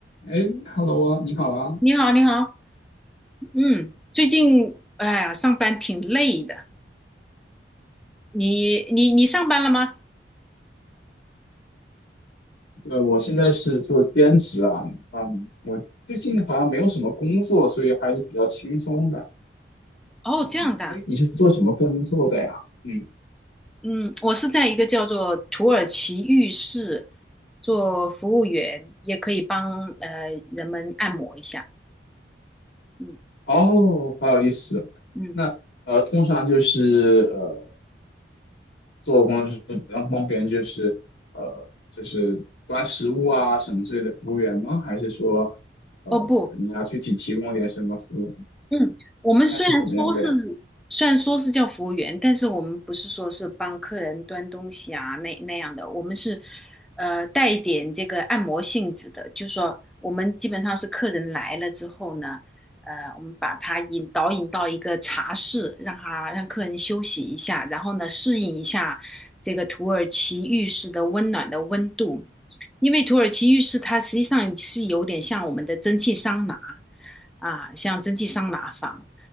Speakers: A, on the left; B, in the centre.
A: 哎，Hello 啊，你好啊。
B: 你好，你好，嗯，最近哎呀，上班挺累的。你你你上班了吗？
A: 呃，我现在是做兼职啊，嗯，我最近好像没有什么工作，所以还是比较轻松的。
B: 哦，
A: 嗯，
B: 这样的，
A: 哎，你是做什么工作的呀？嗯，
B: 嗯，我是在一个叫做土耳其浴室做服务员，也可以帮呃人们按摩一下。嗯
A: 哦，好有意思。
B: 嗯，
A: 那呃，通常就是呃，做工作就是帮帮别人，就是呃，就是端食物啊什么之类的服务员吗？还是说呃，
B: 哦不，
A: 你要具体提供点什么服务？
B: 嗯，我们虽然说是
A: 那是怎么样的呀？
B: 虽然说是叫服务员，但是我们不是说是帮客人端东西啊那那样的，我们是呃带一点这个按摩性质的，就是说我们基本上是客人来了之后呢，呃，我们把他引导引到一个茶室，让他让客人休息一下，然后呢适应一下这个土耳其浴室的温暖的温度，因为土耳其浴室它实际上是有点像我们的蒸汽桑拿。啊，像蒸汽桑拿房，